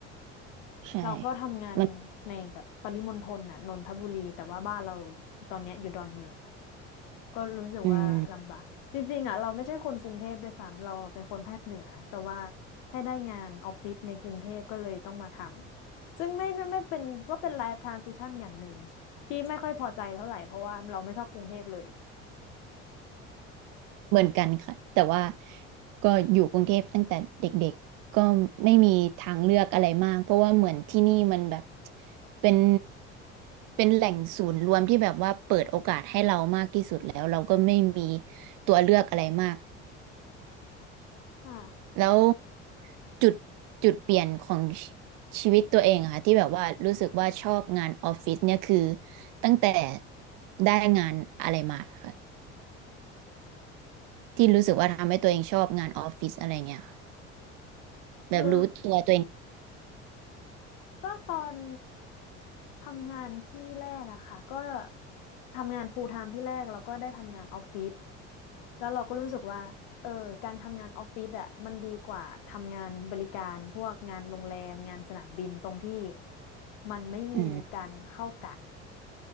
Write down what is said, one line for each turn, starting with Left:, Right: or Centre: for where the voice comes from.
Right: ใช่
Left: เราก็ทำงานในแบบปริมณฑลน่ะนนทบุรีแต่ว่าบ้านเรา
Right: มัน
Left: ตอนเนี้ยอยู่ดอนเมือง ก็รู้สึกว่าลำบากจริงๆอ่ะเราไม่ใช่คนกรุงเทพด้วยซ้ำเราเป็นคนภาคเหนือแต่ว่า
Right: อืม
Left: ให้ได้งานออฟฟิศในกรุงเทพก็เลยต้องมาทำซึ่งไม่ไม่เป็นก็เป็นไลฟ์ทรานซิชันอย่างหนึ่งที่ไม่ค่อยพอใจเท่าไหร่เพราะว่าเราไม่ชอบกรุงเทพเลย
Right: เหมือนกันค่ะแต่ว่าก็อยู่กรุงเทพตั้งแต่เด็กๆก็ไม่มีทางเลือกอะไรมากเพราะว่าเหมือนที่นี่มันแบบเป็นเป็นแหล่งศูนย์รวมที่แบบว่าเปิดโอกาสให้เรามากที่สุดแล้วเราก็ไม่มีตัวเลือกอะไรมาก
Left: ค่ะ
Right: แล้วจุดจุดเปลี่ยนของชชีวิตตัวเองอะค่ะที่แบบว่ารู้สึกว่าชอบงานออฟฟิศเนี่ยคือตั้งแต่ได้งานอะไรมาค่ะที่รู้สึกว่าทำให้ตัวเองชอบงานออฟฟิศอะไรเงี้ยค่ะแบบรู้ตัวตัวเอง
Left: คือ ก็ตอนทำงานที่แรกอะค่ะก็ทำงาน full time ที่แรกแล้วก็ได้ทำงานออฟฟิศแล้วเราก็รู้สึกว่าเออการทำงานออฟฟิศอะมันดีกว่าทำงานบริการพวกงานโรงแรมงานสนามบินตรงที่มันไม่มีการเข้ากะ
Right: อืม